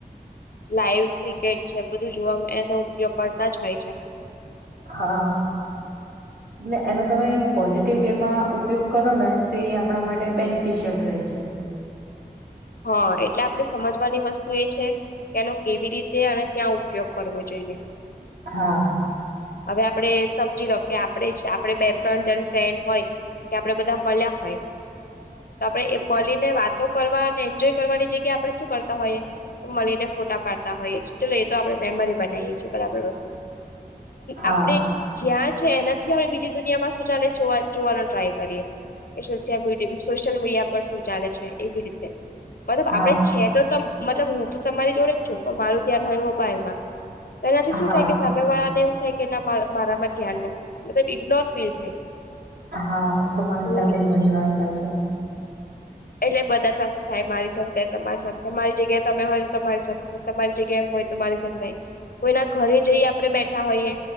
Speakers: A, on the left (about 70°); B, on the right (about 75°).
A: લાાઈવ ક્રિકેટ છે બધું જોવાવામાં એનો ઉપયોગ કરતા જ હોય છે
B: હા એટલે એનો તમે પોઝિટિવ વે માં ઉપયોગ કરો ને તે આપણા માટે બેનિફિશિયલ રહે છે
A: હા એટલે આપડે સમજવાની વસ્તુ એ છે કે એનો કેવી રીતે અને ક્યાં ઉપયોગ કરવો જોઈએ <unintelligible>
B: હા
A: હવે આપણે સમજી લો કે આપણે આપણે બે ત્રણ જણ ફ્રેન્ડ હોય કે આપણેે બધા મળ્યા હોય તો આપણેે એ મળીને વાતો કરવા એન્જોય કરવાની જગ્યા આપણે શું કરતા હોયએ તો મળીને ફોટા પાડતા હોઈય ચાલલો એ તો આપડે મેમરી બને પણ
B: હા
A: આપણે જ્યા છે એનાથી આપ બીજી દુનિયામાં શું ચાલે જો જોવાનો ટ્રાય કરીએ. એ સોશયલ મ સોશિયલ મીડિયા પર શું ચાલે છે એવી રીતે મતલબ આપડે
B: હા
A: છે તો મતલબ હું તો તમારી જોડે જ છું પણ મારું ધ્યાન હોય મોબાઈલમાં તો એનાથી શું
B: હા
A: થાય કે સામે વાળાને એવું થાય કે મારામાં ધ્યાન નથી ઇગ્નોર ફીલ થાય
B: હા તો મારી
A: હું
B: સાથે જ ઘણી વાર થાય છે
A: એટલે બધા સાથે થાય મારી સાથે તમારી સાથે મારી જગ્યા તમે હોય તો તમારી સાથે તમારી જગ્યા એું હોય મારી સાથે નહી કોઈના ઘરે જઈ આપણે બેઠા હોઈએ